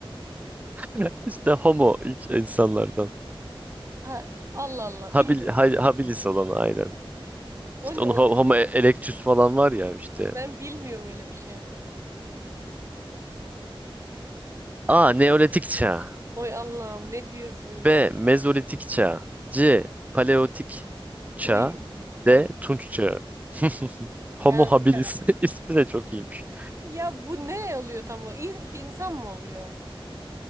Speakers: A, on the right (about 15°); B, on the right (about 30°).
A: <laughs> İşte homo ilk insanlardan.
B: Ha, Allah Allah.
A: Habil,
B: İlginç.
A: hay- habilis olan aynen.
B: O
A: İşte
B: ne
A: onu
B: oğlum?
A: ho- homo e-, erectus falan var ya işte.
B: Ben bilmiyorum öyle bir şey.
A: A. Neolitik çağı.
B: Oy Allah'ım ne diyorsun ya?
A: B. Mezolitik çağ. C. Paleolitik çağ.
B: Oy tabii
A: D. Tunç çağı. <laughs> Homo
B: kanka.
A: habilis <laughs> ismi de çok iyiymiş.
B: Ya bu ne oluyor tam o? İn- iki insan mı oluyor?